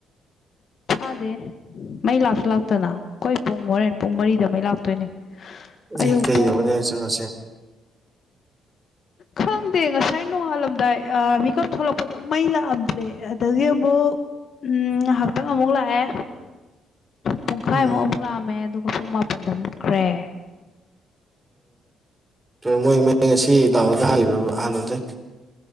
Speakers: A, on the left; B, on the right.
A: ꯐꯥꯗꯦ ꯃꯩ ꯂꯥꯛꯁꯨ ꯂꯥꯛꯇꯅ ꯑꯩꯈꯣꯏ ꯄꯨꯡ ꯍꯣꯔꯦꯟ ꯄꯨꯡ ꯃꯔꯤꯗ ꯃꯩ ꯂꯥꯛꯇꯣꯏꯅꯦ ꯑꯌꯨꯛ
B: ꯑꯦ ꯀꯩꯗꯧꯕꯗꯣ
A: ꯄꯨꯡ
B: ꯍꯥꯏ ꯆꯪꯉꯁꯤꯦ
A: ꯈꯪꯗꯦ ꯉꯁꯥꯏ ꯅꯣꯡꯉꯥꯜꯂꯝꯗꯥꯏ ꯃꯤꯀꯞ ꯊꯣꯛꯂꯛꯄꯗ ꯃꯩ ꯂꯥꯛꯑꯝꯗ꯭ꯔꯦ ꯑꯗꯒꯤ ꯑꯃꯨꯛ ꯎꯝ ꯉꯥꯏꯍꯥꯛꯇꯪ ꯑꯃꯨꯛ ꯂꯥꯛꯑꯦ ꯄꯨꯡꯈꯥꯏꯃꯨꯛ
B: ꯎꯝ
A: ꯑꯃꯨꯛ ꯂꯥꯛꯑꯝꯃꯦ ꯑꯗꯨꯒ ꯄꯨꯡ ꯃꯥꯄꯟꯗ ꯃꯨꯠꯈ꯭ꯔꯦ
B: ꯎꯝ ꯃꯣꯏ ꯃ ꯉꯁꯤ ꯂꯥꯛꯑꯣꯗ ꯍꯥꯏꯕ꯭ꯔꯕ ꯍꯥꯟꯅꯗꯒꯤ